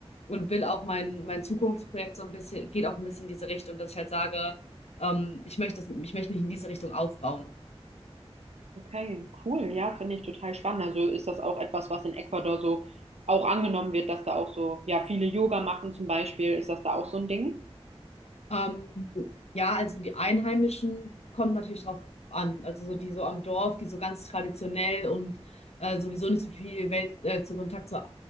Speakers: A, on the left; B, on the right.
A: Und will auch mein, mein Zukunftsprojekt so ein bisschen, geht auch ein bisschen in diese Richtung, dass ich halt sage, ähm, ich möchte das, ich möchte mich in diese Richtung aufbauen.
B: okay, cool. Ja, finde ich total spannend. Also ist das auch etwas, was in Ecuador so auch angenommen wird, dass da auch so, ja, viele Yoga machen zum Beispiel. Ist das da auch so ein Ding?
A: Ähm, ja, also die Einheimischen kommt natürlich drauf an. Also so die so am Dorf, die so ganz traditionell und äh, sowieso nicht so viel Welt, äh, zu Kontakt zur